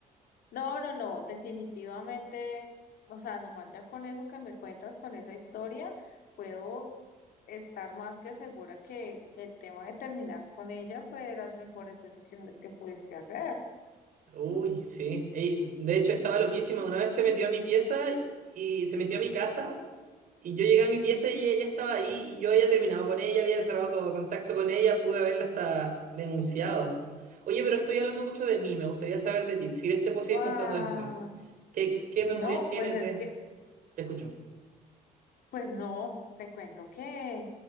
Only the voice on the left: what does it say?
no, no, no, definitivamente, o sea, nomás ya con eso que me cuentas, con esa historia, puedo estar más que segura que el tema de terminar con ella fue de las mejores decisiones que pudiste hacer.
¡Wow!
No,
pues es
que
Pues no, te cuento que